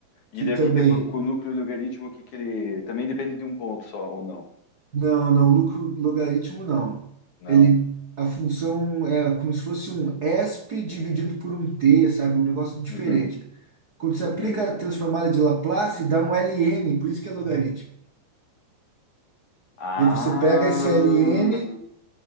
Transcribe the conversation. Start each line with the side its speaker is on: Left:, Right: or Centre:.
Left: E
Right: que
Left: daí
Right: também.
Left: o que que é co- com o núcleo logaritmo, o que que ele também depende de um ponto só ou não?
Right: Não, não, núcleo logaritmo não.
Left: Não.
Right: Ele, a função é como se fosse um ESP dividido por um t, sabe? Um negócio diferente.
Left: Uhum.
Right: Quando você
Left: Uhum.
Right: aplica a transformada de Laplace, dá um ln, por isso que é logaritmo.
Left: Ah.
Right: Daí você pega esse ln,